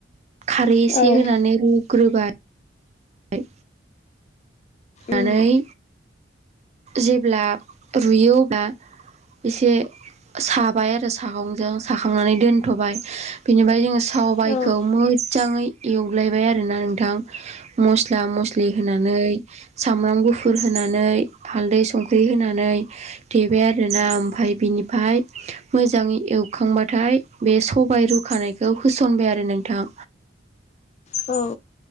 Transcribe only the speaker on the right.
खारै
एसे
होनानै
रुग्रोबाय होनानै
जेब्ला रुयो अब्ला एसे साबाय आरो सागंजों साखांनानै दोन्थ'बाय। बेनिफ्राय जोङो सबायखौ
मोजाङै एवगलायबाय आरोना नोंथां। मस्ला मस्लि होनानै सामब्राम गुफुर होनानै हालदै संख्रि होनानै देबाय आरोना। ओमफाय बिनिफाय मोजाङै एवखांबाथाय बे सबाय रुखानायखौ होसनबाय आरो नोंथां।